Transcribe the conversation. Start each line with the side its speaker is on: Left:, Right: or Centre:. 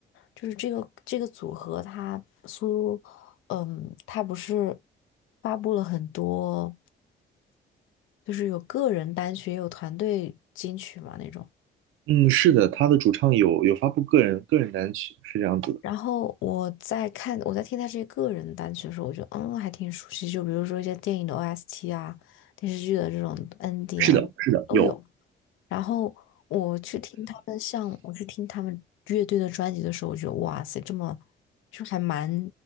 Left: 就是这个这个组合他苏，嗯，他不是发布了很多，就是有个人单曲也有团队金曲嘛那种。
Right: 嗯，是的，他的主唱有有发布个人个人单曲，是这样子的。
Left: 然后我在看，我在听他这些个人单曲的时候，我觉得嗯还挺熟悉，就比如说一些电影的 OST 啊，电视剧的这种 ending
Right: 是的，
Left: 啊都有。
Right: 是的，有。
Left: 然后我去听他们像我去听他们乐队的专辑的时候，我觉得哇塞，这么就还蛮